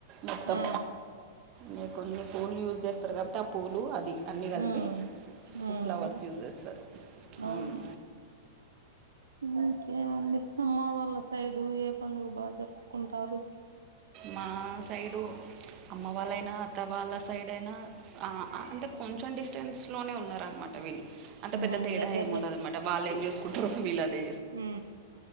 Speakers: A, on the right; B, on the right.
A: మొత్తం
B: ఆ
A: మీరు కొన్ని పూలు యూస్ చేస్తారు కాబట్టి ఆ పూలు అది అన్నీ
B: హ్మ్
A: కలిపి
B: హ్మ్
A: ఫ్లవర్స్ యూజ్ చేస్తారు
B: అవును
A: ఊమ్
B: ఇంకేమండి అమ్మ వాళ్ళ సైడు ఏ పండుగ బాగ జరుపుకుంటారు
A: మా సైడు అమ్మ వాళ్ళయినా అత్త వాళ్ళ సైడ్ అయినా ఆ ఆ కొ సోషల్ డిస్టెన్స్ లోనే ఉన్నారనమాట వీళ్ళు అంత
B: ఆహా
A: పెద్ద తేడా
B: దగ్గర
A: ఏమి ఉండదన్నమాట వాళ్ళేం చేసుకుంటరో వీళ్ళదే
B: ఉ